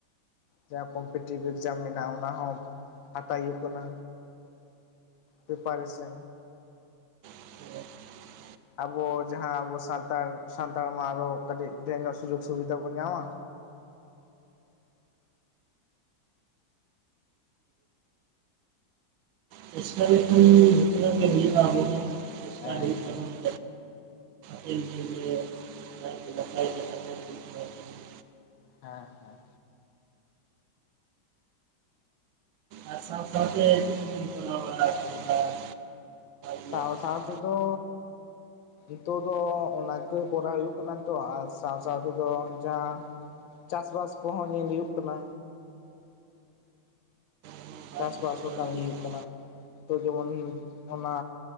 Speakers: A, on the left; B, on the right.
A: ᱡᱟᱦᱟᱸ ᱠᱚᱢᱯᱤᱴᱤᱵᱤᱵᱷ ᱮᱠᱡᱟᱢ ᱢᱮᱱᱟᱜᱼᱟ ᱚᱱᱟ ᱦᱚᱸ ᱦᱟᱛᱟᱣ ᱦᱩᱭᱩᱜ ᱠᱟᱱᱟ᱾ ᱵᱮᱯᱟᱨᱮ ᱥᱮ
B: <inaudible>
A: ᱟᱵᱚ ᱡᱟᱦᱟᱸ ᱟᱵᱚ ᱥᱟᱱᱛᱟᱲ ᱥᱟᱱᱛᱟᱲ ᱢᱟ ᱟᱨᱚ ᱠᱟᱹᱴᱤᱡ ᱰᱷᱮᱨ ᱧᱚᱜ ᱥᱩᱡᱳᱜᱽ ᱥᱩᱵᱤᱫᱷᱟ ᱵᱚᱱ ᱧᱟᱢᱟ᱾
B: ᱪᱮᱥᱟ ᱞᱮᱠᱷᱟᱱ ᱡᱷᱚᱛᱚᱱᱟ ᱜᱮ ᱦᱩᱭᱩᱜᱼᱟ ᱟᱵᱚ ᱦᱚᱸ ᱪᱮᱥᱠᱟ
A: ᱦᱮᱸ
B: ᱦᱩᱭᱩᱜ
A: ᱦᱮᱸ
B: ᱛᱟᱵᱚᱱᱟ᱾ ᱡᱤᱵ ᱡᱤᱭᱟᱹᱞᱤ ᱟᱜ ᱱᱟᱭ ᱛᱮ ᱱᱟᱯᱟᱭ ᱛᱮ ᱛᱟᱦᱮᱱ ᱦᱩᱭᱩᱜ ᱢᱟ ᱡᱮᱢᱚᱱ᱾
A: ᱦᱟᱸ ᱦᱮᱸ
B: ᱟᱨ ᱥᱟᱶ ᱥᱟᱶᱛᱮ ᱪᱮᱫ ᱠᱚᱵᱤᱱ <inaudible> ᱵᱟᱲᱟ ᱤᱫᱤ
A: ᱥᱟᱶ
B: ᱠᱟᱛᱮᱫ
A: ᱥᱟᱶᱛᱮ ᱫᱚᱼᱼ ᱱᱤᱛᱚᱜ ᱫᱚ ᱚᱱᱟ ᱜᱮ ᱠᱚᱨᱟᱣ ᱦᱩᱭᱩᱜ ᱠᱟᱱᱟ ᱛᱚ ᱟᱨ ᱥᱟᱶ ᱥᱟᱶ ᱛᱮᱫᱚ ᱡᱟᱸᱦᱟ᱾ ᱪᱟᱥ ᱵᱟᱥ ᱠᱚᱦᱚᱸ ᱧᱮᱞ ᱦᱩᱭᱩᱜ ᱠᱟᱱᱟ᱾
B: ᱵᱟᱝ
A: ᱪᱟᱥᱵᱟᱥ
B: ᱪᱤᱠᱟᱹ
A: ᱦᱚᱸ
B: ᱵᱟᱲᱟ
A: ᱠᱟᱹᱢᱤ
B: ᱞᱮᱱᱠᱷᱟᱱ
A: ᱦ ᱦᱩᱭᱩᱜ ᱠᱟᱱᱟ ᱛᱚ ᱡᱮᱢᱚᱱ ᱚᱱᱟ᱾